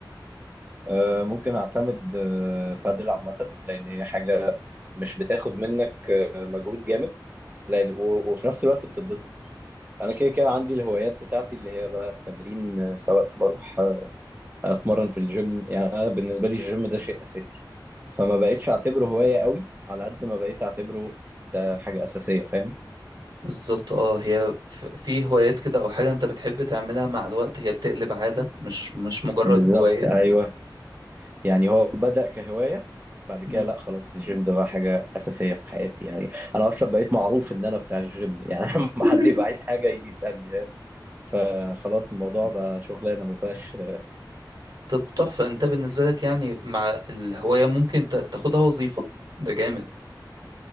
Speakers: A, on the right (about 25°); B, on the right (about 55°).
A: آه ممكن اعتمد آه بادل عامه لان هي حاجه مش بتاخد منك آه مجهود جامد لان و- وفي نفس الوقت بتتبسط انا كده كده عندي الهوايات بتاعتي اللي هي بقى التمرين آه، سواء بروح اتمرن في الجيم يعني انا بالنسبه لي الجيم ده شيء اساسي فما بقتش اعتبره هوايه قوي على قد ما بقيت اعتبره ده حاجه اساسيه فاهم
B: بالظبط اه هي ف- في هوايات كده او حاجة انت بتحب تعملها مع الوقت هي بتقلب عادة مش مش مجرد
A: بالظبط
B: هواية
A: ايوه يعني هو بدأ كهوايه بعد
B: مم.
A: كده لا خلاص الجيم ده بقى حاجه اساسيه في حياتي يعني انا اصلا بقيت معروف ان انا بتاع الجيم يعني <laughs> لما
B: <laughs>
A: حد يبقى عايز حاجه يجي يسالني فاهم فخلاص الموضوع بقى شغلانه ما بقاش
B: طب تحفة انت بالنسبة لك يعني مع الهواية ممكن تا- تاخدها وظيفة ده جامد